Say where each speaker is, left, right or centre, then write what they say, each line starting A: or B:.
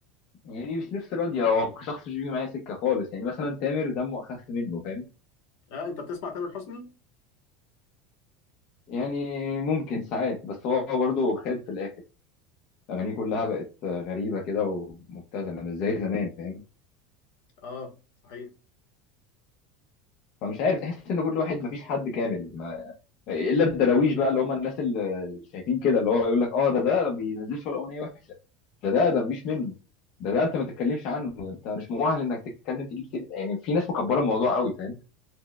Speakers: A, on the left; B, on the left.
A: يعني مش نفسي راضية هو شخص مش بيجي معايا سكة خالص يعني مثلا تامر دمه أخف منه فاهم
B: اه انت بتسمع تامر حسني
A: يعني ممكن ساعات بس هو برضه خد في الآخر أغانيه كلها بقت غريبة كده ومبتذلة مش زي زمان فاهم
B: اه صحيح
A: فمش عارف تحس إن كل واحد مفيش حد كامل ما... إلا الدراويش بقى اللي هم الناس اللي شايفين كده اللي هو يقول لك أه ده ده ما بينزلش ولا أغنية وحشة ده ده ده مفيش منه ده ده أنت ما تتكلمش عنه أنت مش مؤهل إنك تتكلم تجيب سيرة يعني في ناس مكبرة الموضوع قوي فاهم